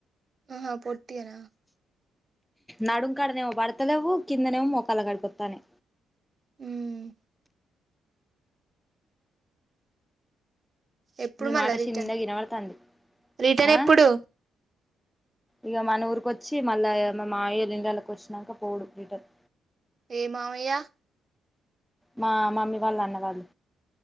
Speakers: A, on the right; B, in the centre.
A: ఆహా పొట్టిగాన
B: నడుంకాడనేమో పడతలేవు కిందనేమో మోక్కలా కడిపోతానే
A: హమ్ ఎప్పుడు
B: నీ
A: మళ్ళా
B: మాట
A: రిటర్న్
B: చిన్నగా వి నబడతాంది
A: రిటర్న్
B: ఆ
A: ఎప్పుడు
B: ఇక మన ఊరుక వచ్చి మళ్ళా మా మామయ్య ఇళ్ళకు వచ్చినాక పోడు రిటర్న్
A: ఏ మామయ్య
B: మా మమీ వాళ్ళ అన్న వాళ్ళ